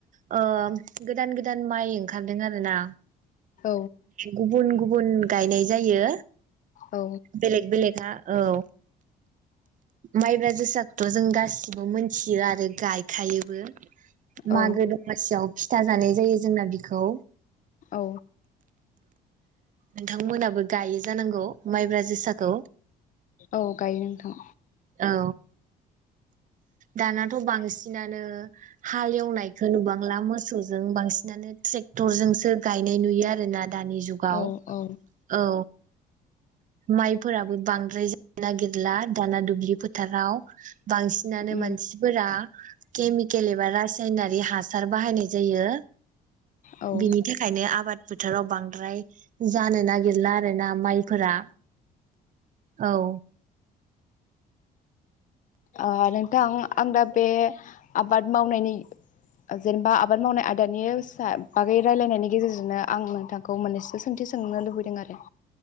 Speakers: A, on the right; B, on the left.
A: गोदान गोदान गोदान माइ ओंखारदों आरोना
B: औ
A: गुबुन गु बुन गायनाय जायो।
B: औ
A: बेलेग बेलग हा औ माइब्रा जो जों गासिबो मोनथियो आरो गायखायोबो। मागो
B: औ
A: दमासियाव फिथा जानाय जायो जोंना बिख खौ।
B: औ
A: नोंथांमोनाबो गायो जानांगौ माइब्रा जोसाखौ
B: औ गायो नोंथां।
A: औ दाना नाथ बांसिनानो हाल एवनायखो नुबांला मोसौजों बांसिनानो ट्रेक्टरजोंसो गायनाय नुयो आरोना दानि जुगाव
B: औ औ
A: औ माइफोराबो बांद्राय जा नागिरला दाना दु ब्लि फोथाराव बांसिनानो
B: उम
A: मानसिफोरा केमिकेल एबा रासायनारि हासार बाहायनाय जायो।
B: औ ओ
A: बिनि थाखायनो आबाद फोथाराव बांद्राय जानो नागिरला आरो ना माइफोरा औ
B: ओ नोंथां आं दा बे आबाद मावनायनि जेनेबा आबाद मावनाय आयदानि सा बागै रायलायनायनि गेजेरजोंनो आं नोंथांखौ मोननैसो सोंथि सोंनो लुबैदों आरो